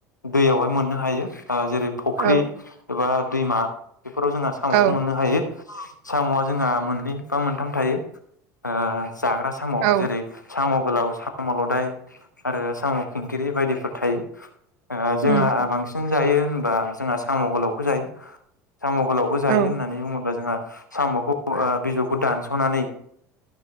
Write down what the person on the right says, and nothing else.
औ
औ
औ
उम
औ